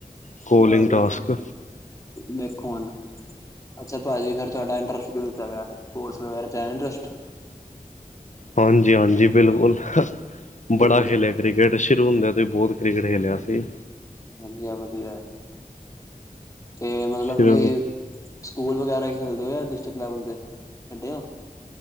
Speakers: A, on the left; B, on the left.
A: ਕੋਲਿੰਗ
B: ਬਸ ਵੇਖੋ
A: ਟਾਸਕ
B: ਦੇਖੋ ਹੁਣ। ਅੱਛਾ ਭਾਜੀ ਫਿਰ ਤੁਹਾਡਾ ਇੰਟਰਸਟ ਕਿਹਦੇ ਚ ਹੈਗਾ ਸਪੋਰਟਸ ਵਗੈਰਾ ਚ ਹੈ ਇੰਟਰਸਟ।
A: ਹਾਂਜੀ ਹਾਂਜੀ ਬਿਲਕੁਲ
B: ਕਿਦੇ
A: ਬੜਾ
B: ਚ
A: ਖੇਲਿਆ ਕ੍ਰਿਕਟ ਸ਼ੁਰੂ ਹੁੰਦਿਆਂ ਤੇ ਬਹੁਤ ਕ੍ਰਿਕਟ ਖੇਲਿਆ ਸੀ
B: ਵਧੀਆ ਵਧੀਆ ਤੇ ਮਤਲਬ
A: ਸ਼ੁਰੂ
B: ਕਿ ਸਕੂਲ ਵਗੈਰਾ ਖੇਲਦੇ ਹੋ ਆ ਡਿਸਟ੍ਰਿਕਟ ਲੈਵਲ ਤੇ ਖੇਡੇ ਹੋ।